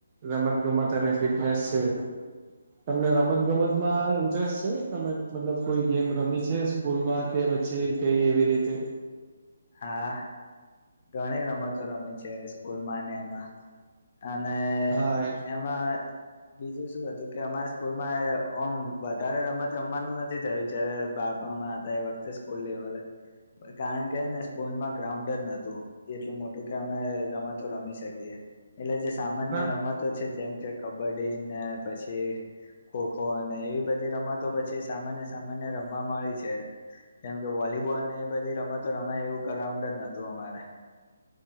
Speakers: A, on the right; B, on the left.
A: રમત ગમત અને ફિટનેસ છે. તમને રમત ગમત માં ઇન્ટરેસ્ટ છે તમે મતલબ કોઈ ગેમ રમ છે. સ્કૂલ માં કે પછી કઈ એવી રીતે
B: હા ઘણી રમતો રમે છે સ્કૂલ માં ને એમાં અને
A: હા
B: એમાં બીજું શું હતું કે અમારા સ્કૂલમાં ઓમ વધારે રમત રમવાનું નથી થયું જારે. બાળપણમાં હતા એ વખતે સ્કૂલ લેવલ એ કારણ કે ને સ્કૂલમાં ગ્રાઉન્ડ નટુ એટલું મોટું કે અમે રમાતો રમી શકીએ. એટલે જે સામાન્ય
A: ના
B: રમતો છે જેમ કે કબડ્ડી ને પછી ખો ખો અને એવી બધી રમતો પછી સામાન્ય સામાન્ય રમવા મળી છે. કેમ કે વોલીબોલ ને એ રમાય એવું ગાઉન્ડ જ નતું અમારે.